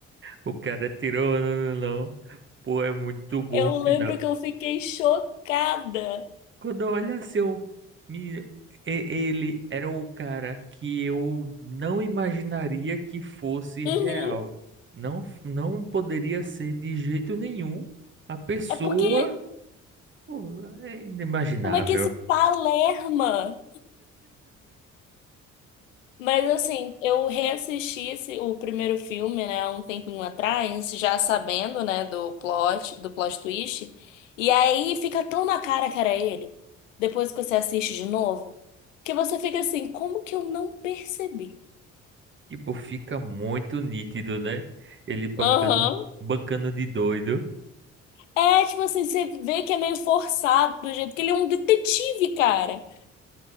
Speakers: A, on the right; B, on the left.
A: O cara tirou. Não, não, não. Pô, é muito bom
B: Eu
A: o
B: lembro
A: final.
B: que eu fiquei chocada.
A: Quando olha assim, eu, me, e- ele era o cara que eu não imaginaria que fosse
B: Uhum.
A: real. Não, não poderia ser de jeito nenhum a pessoa.
B: É porque
A: Pô, É inimaginável.
B: como é que esse Palerma Mas assim, eu reassisti esse, o primeiro filme, né, há um tempinho atrás, já sabendo, né, do plot, do plot twist, e aí fica tão na cara que era ele, depois que você assiste de novo, que você fica assim, como que eu não percebi?
A: Tipo, fica muito nítido, né? Ele bancando,
B: Aham.
A: bancando de doido.
B: É, tipo assim, você vê que é meio forçado do jeito que ele é um detetive, cara.